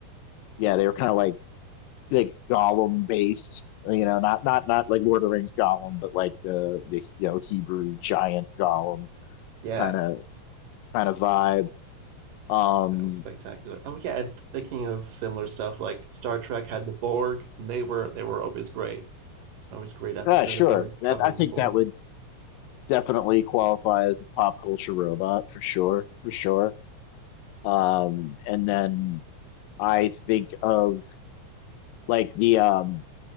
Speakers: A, on the left; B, on the right.
A: yeah, they were kind of like, like Gollum based, you know, not, not, not like Lord of the Rings Gollum, but like the, the, you know, Hebrew giant Gollum
B: Yeah.
A: kind of, kind of vibe. Um,
B: That was spectacular. Oh yeah, and thinking of similar stuff like Star Trek had the Borg, and they were they were always great. Always a great episode
A: yeah, sure.
B: if they were
A: That
B: covering
A: I think
B: the Borg.
A: that would definitely qualify as a pop culture robot for sure, for sure. Um, and then I think of like the um,